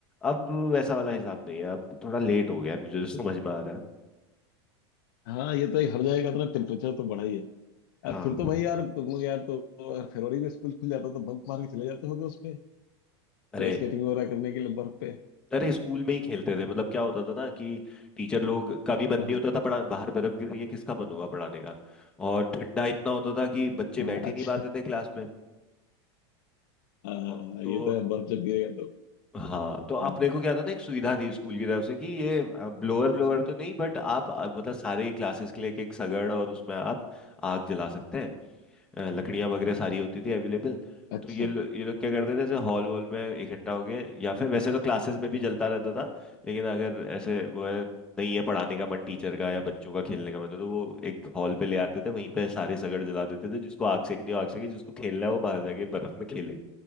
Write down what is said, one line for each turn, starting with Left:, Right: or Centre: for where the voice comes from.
Centre: अब वैसा वाला हिसाब नहीं है अब थोड़ा लेट हो गया है मुझे जो समझ में आ रहा है
Left: हाँ हाँ, ये तो एक हर जगह का तो ना टेम्परेचर तो बढ़ा ही है अब
Centre: हाँ
Left: फिर तो भाई यार तुम लोग यार तो तो अगर फरवरी में स्कूल खुल जाता तो बंक मार के चले जाते होगे उसमें
Centre: अरे
Left: कोई स्केटिंग वगैरह करने के लिए बर्फ पे
Centre: अरे स्कूल में ही खेलते थे मतलब क्या होता था ना कि टीचर लोग का भी मन
Left: हाँ
Centre: नहीं
Left: हाँ
Centre: होता था पढ़ा बाहर बर्फ गिर रही है किसका मन होगा पढ़ाने का और ठंडा इतना होता था कि बच्चे
Left: हाँ,
Centre: बैठ ही
Left: अच्छा
Centre: नहीं पाते थे क्लास में
Left: हाँ हाँ,
Centre: और- तो
Left: ये तो है बर्फ जब गिरेगा तो
Centre: हाँ तो अपने
Left: हम्म
Centre: को क्या था ना एक सुविधा थी स्कूल की तरफ से कि ये ब्लोअर ब्लोअर तो नहीं बट आप अ, मतलब सारे क्लासेस के लिए एक एक सगड़ और उसमें आप आग जला सकते हैं लकड़ियां वगैरह सारी होती थी अवेलेबल
Left: अच्छा
Centre: तो ये लो, ये लोग क्या करते थे जैसे हॉल वॉल में इकट्ठा हो गए या फिर वैसे तो क्लासेस में भी जलता रहता था लेकिन अगर ऐसे वो है नहीं है पढ़ाने का मन टीचर का या बच्चों का खेलने का मन तो वो एक हॉल पे ले आते थे वहीं पे सारे सगड़ जला देते थे जिसको आग सेकनी हो आग सेके जिसको खेलना है वो बाहर जाके बर्फ में खेले